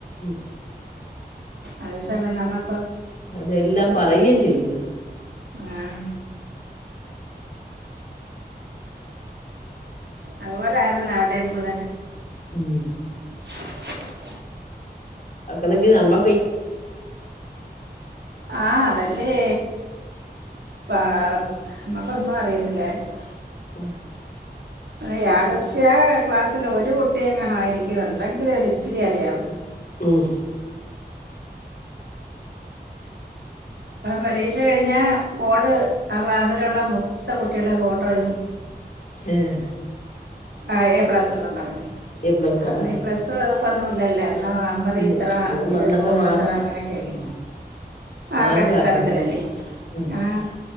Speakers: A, on the left; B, on the right.
A: ഉം
B: അതെ സമയം നമ്മക്ക
A: അതെല്ലാം പറയെം ചെയ്യും
B: ആഹ് അത്പോലെ ആരുന്നു അവിടേം പിള്ളേർ
A: ഉം
B: <unintelligible>
A: അക്കണക്കി നമ്മ
B: ആഹ് അതല്ലേ ആ നമ്മ റിയത്തില്ലായിരുന്നു
A: ആ
B: യാദർശ്യ ക്ലാസ്സിൽ ഒരു കുട്ടിയെങ്ങണ ആയിരിക്കും അല്ലെങ്കിലും ഒര് ഇച്ചിരി അറിയാവുന്നെ
A: മ്മ്
B: പരീക്ഷ കഴിഞ്ഞാ ഫോണ് ആ ക്ലാസ്സിലുള്ള മൊത്ത കുട്ടികളേം ഫോട്ടോയും
A: ഏഹ്
B: ആ എ പ്ലസ് ഒന്നും പറഞ്ഞു
A: എ പ്ലസാ
B: അന്ന്
A: ആഹ്
B: പ്ലസ്ന്നുംല്ലല്ലേ എന്നാ അത്
A: ഇല്ല
B: ഇത്രാ
A: അത്
B: ഇരുന്നൂറില്
A: അന്നൊക്കെ മാർക്ക്
B: ഇത്ര അങ്ങനൊക്കെല്ലെ
A: ഉം
B: ആര്ടെ.
A: മാർക്കായിരുന്നു
B: അടിസ്ഥാനത്തിലല്ലെ
A: ഉം
B: ആഹ്